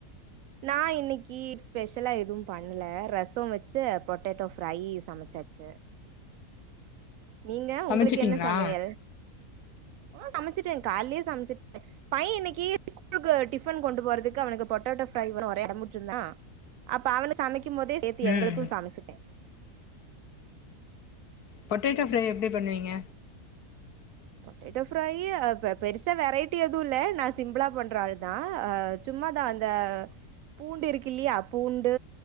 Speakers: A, on the right (about 70°); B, on the left (about 75°).
A: நா இன்னைக்கு ஸ்பெஷ்லா எதுவு பண்ணல ரசோவெச்சு பொட்டேட்டோ ஃப்ரை சமச்சாச்சு நீங்க
B: சமச்சிட்டீங்களா
A: உங்களுக்கு என்ன சமையல் ம் சமச்சுட்டே கால்லயே சமச்டே பையே இன்னைக்கு ஸ்கூலுக்கு டிஃபன் கொண்டு போறதுக்கு அவனுக்கு பொட்டேட்டோ ஃப்ரை வேறு ஒரே அடம் புடிச்சிருந்தான் அப்ப அவனு சமைக்கு போதே சேத்து
B: ம்
A: எங்களுக்கு சமச்சுட்டே
B: பொட்டேட்டோ ஃப்ரை எப்டி பண்ணுவீங்க
A: பொட்டேட்டோ ஃப்ரை பெருசா வெரைட்டி எதுவு இல்ல நா சிம்பிளா பண்ற ஆள் தா சும்மாதா அந்த பூண்டு இருக்கு இல்லையா பூண்டு